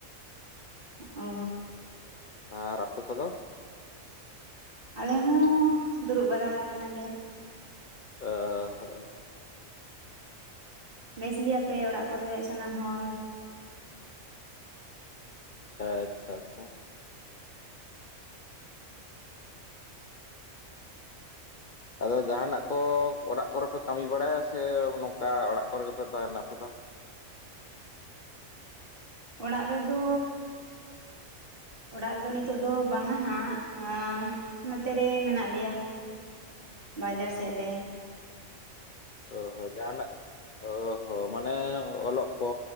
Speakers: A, on the right (about 40°); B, on the left (about 45°).
A: ᱚᱻ
B: ᱟᱨ ᱟᱯᱮ ᱠᱚᱫᱚ?
A: ᱟᱞᱮ ᱦᱚᱸ ᱫᱩᱲᱩᱵ ᱵᱟᱲᱟ ᱟᱠᱟᱱᱟ ᱞᱮ᱾
B: <unintelligible> ᱚ ᱦᱚ,
A: ᱵᱮᱥ ᱜᱮᱭᱟᱯᱮ ᱚᱲᱟᱜ ᱠᱚᱨᱮ ᱥᱟᱱᱟᱢ ᱦᱚᱲ?
B: ᱟᱪᱪᱷᱟ ᱟᱪᱪᱷᱟ ᱾ ᱟᱫᱚ ᱡᱟᱦᱟᱱᱟᱜ ᱠᱚ ᱚᱲᱟᱜ ᱠᱚᱨᱮ ᱯᱮ ᱠᱟᱹᱢᱤ ᱵᱟᱲᱟᱭᱟ ᱥᱮ ᱱᱚᱝᱠᱟ ᱚᱲᱟᱜ ᱠᱚᱨᱮ ᱜᱮᱯᱮ ᱛᱟᱦᱮᱱᱟ ᱟᱯᱮ ᱫᱚ?
A: ᱚᱲᱟᱜ ᱨᱮᱫᱚᱼᱼ ᱚᱲᱟᱜ ᱨᱮᱫᱚ ᱱᱤᱛᱚᱜ ᱫᱚ ᱵᱟᱝᱟ ᱦᱟᱸᱜ ᱟᱸᱼᱼ ᱱᱚᱛᱮ ᱨᱮ ᱢᱮᱱᱟᱜ ᱞᱮᱭᱟ ᱵᱟᱡᱟᱨ ᱥᱮᱫ ᱨᱮᱼᱼ
B: ᱚ ᱦᱚᱸ ᱡᱟᱦᱟᱱᱟᱜ ᱚ ᱦᱚᱸ ᱢᱟᱱᱮ ᱚᱞᱚᱜ ᱠᱚ